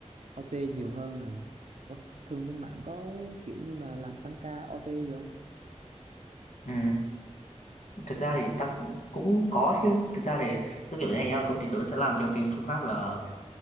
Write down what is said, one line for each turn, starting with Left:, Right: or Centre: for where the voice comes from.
Right: OT nhiều hơn rồi Ủa, thường bên bạn có kiểu như là làm tăng ca OT gì không
Left: ừ. thực ra thì tăng cũng cũng có chứ thực ra thì giúp kiểu thế này nhá công ty tớ sẽ làm theo cái phương pháp là